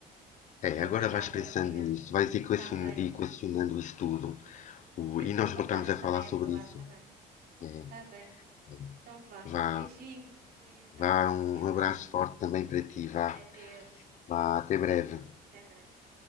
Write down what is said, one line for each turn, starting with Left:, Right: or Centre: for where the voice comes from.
Left: é,
Right: E
Left: agora
Right: obrigada,
Left: vais pensando
Right: Rui.
Left: nisso, vais equacion-
Right: Está bem.
Left: equacionando isso tudo. O,
Right: E depois
Left: e nós
Right: voltamos
Left: voltamos a
Right: também
Left: falar sobre
Right: a falar,
Left: isso.
Right: tá bem?
Left: É,
Right: Tá bem.
Left: é,
Right: Então vá.
Left: vá,
Right: Beijinhos, Rui. Até
Left: vá,
Right: à próxima.
Left: um abraço forte também para ti, vá,
Right: Adeus.
Left: vá, até breve.
Right: Até breve.